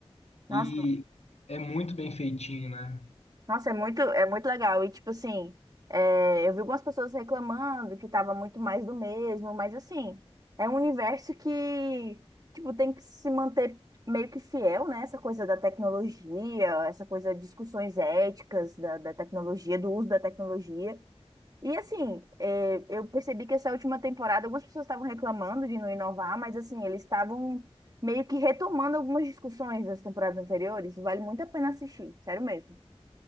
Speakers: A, on the right (about 35°); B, on the left (about 80°).
A: Nossa,
B: E é muito bem feitinho, né?
A: Nossa, é muito, é muito legal. E, tipo assim, é, eu vi algumas pessoas reclamando que tava muito mais do mesmo, mas, assim, é um universo que, tipo, tem que se manter meio que fiel, né? Essa coisa da tecnologia, essa coisa de discussões éticas da, da tecnologia, do uso da tecnologia. E, assim, é, eu percebi que essa última temporada algumas pessoas estavam reclamando de não inovar, mas, assim, eles estavam meio que retomando algumas discussões das temporadas anteriores. Vale muito a pena assistir, sério mesmo.